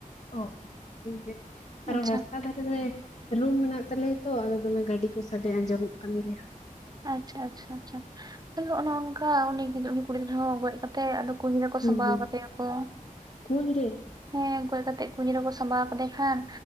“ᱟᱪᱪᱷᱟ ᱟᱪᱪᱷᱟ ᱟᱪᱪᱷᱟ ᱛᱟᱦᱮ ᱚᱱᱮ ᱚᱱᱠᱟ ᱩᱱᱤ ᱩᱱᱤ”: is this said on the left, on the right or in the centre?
Right